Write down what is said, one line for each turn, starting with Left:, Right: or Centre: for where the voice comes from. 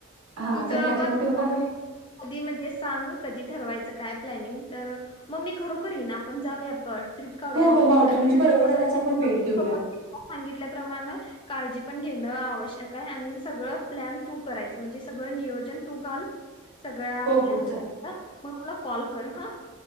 Right: हा
Left: तुझं
Right: तर माझ्या
Left: बघ
Right: मते
Left: <inaudible>
Right: मला
Left: कधी म्हणजे सांग कधी ठरवाय च काय प्लनिंग तर, म मी खरोखर येईन आपण जाऊया ट्रिप काढुया
Right: हो
Left: मग
Right: हो
Left: तिकडं
Right: मावटं
Left: <inaudible>
Right: म्हणजे पर्वतालाच आपण भेट देऊया
Left: सांगितल्या प्रमाणं काळजी पण घेणं आवश्यक आहे आणि सगळं प्लॅन तू करायच, म्हणजे सगळं नियोजन तू घाल. सगळ्या
Right: हो
Left: आपल्या
Right: हो
Left: <unintelligible>
Right: चालेल
Left: म मला कॉल कर ह